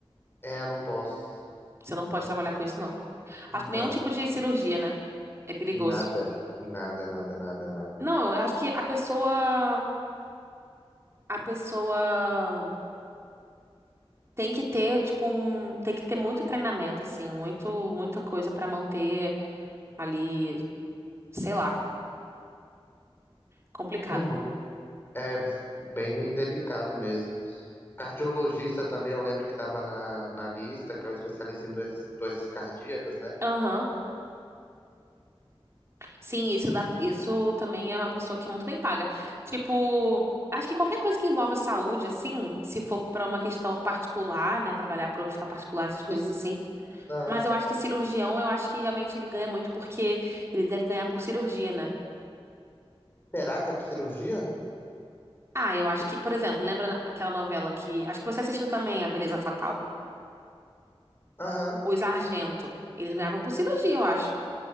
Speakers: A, on the left; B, on the right.
A: É, eu não posso.
B: Você não pode trabalhar com isso, não.
A: Não.
B: Acho que nenhum tipo de cirurgia, né? É perigoso.
A: Nada, nada, nada, nada, nada.
B: Não, eu acho que a pessoa, a pessoa tem que ter, tipo, um, tem que ter muito treinamento, assim, muito, muita coisa pra manter ali, sei lá, complicado.
A: Uhum. É bem delicado mesmo. Cardiologista também, eu lembro que estava na, na lista, que é o especialista em doenças, doenças cardíacas, né?
B: Aham. Sim, isso dá, isso também é uma pessoa que é muito bem paga. Tipo, acho que qualquer coisa que envolva saúde, assim, se for pra uma questão particular, né, trabalhar para hospital particular, essas coisas
A: Sim.
B: assim,
A: Ah,
B: Mas eu acho que cirurgião, eu acho que realmente ele ganha muito porque ele deve ganhar por cirurgia, né?
A: será que é por cirurgia?
B: Ah, eu acho que, por exemplo, lembra na- aquela novela que. Acho que você assistiu também, A Beleza Fatal?
A: Aham.
B: Os Argento. Eles ganhavam por cirurgia, eu acho.